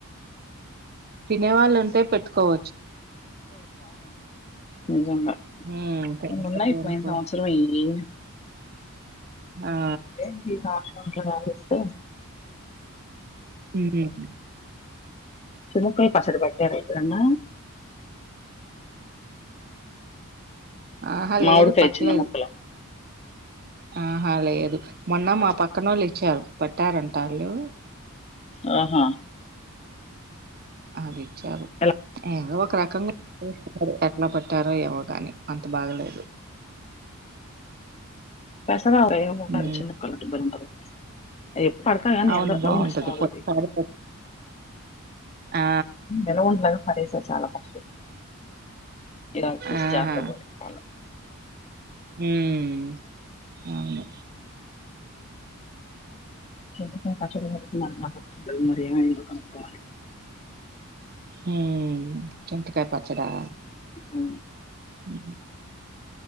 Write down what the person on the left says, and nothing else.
నిజంగా
ఇన్నన్నాయి పోయిన
సంవత్సరమే ఇయ్యి
ఏంది ఈ సంవత్సరం ఇలా సాగిస్తే
చెముక్కయ పచ్చడి బట్టర ఎప్పుడన్న
మామిడికాయ
చిన్న ముక్కలు
ఆహా
ఎలా
పెసన్న బ్బ
<unintelligible> ఎప్పుడు పడతాయ
ఎందో
ఉంటడ <unintelligible>
అది
ఏమో అబ్బ పరస చాలా కష్ట ఇలా చూసి
జాగ్రాత్త గా పట్టుకోవాల్ల
చింతకాయ పచ్చడి పెడుతున్నారు మా చుట్టూ
అవును